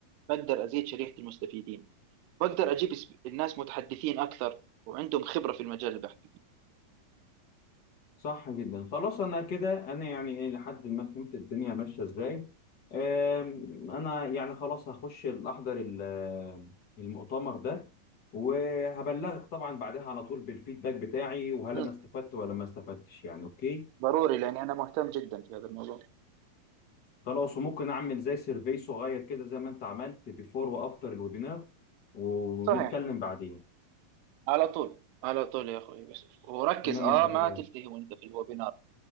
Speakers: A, on the right; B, on the left.
A: بقدر ازيد شريحه المستفيدين بقدر اجيب سب- الناس متحدثين اكثر وعندهم خبره في المجال اللي بحكي فيه
B: صح جدا خلاص انا كده انا يعني إيه لحد ما فهمت الدنيا ماشيه ازاي آم، انا يعني خلاص هخش الاحضر ال- المؤتمر ده وهبلغك طبعا بعدها على طول بالفيدباك بتاعي وهل
A: مم.
B: انا استفدت ولا ما استفدتش يعني اوكي
A: ضروري لاني انا مهتم جدا في هذا الموضوع
B: خلاص وممكن اعمل زي سيرفي صغير كده زي ما انت عملت بيفور وافتر الويبينار ونتكلم
A: صحيح
B: بعدين
A: على طول على طول يا اخوي يوسف وركز
B: تمام
A: اه
B: يا حبيب
A: ما
B: قلبي
A: تلتهي وانت في الويبينار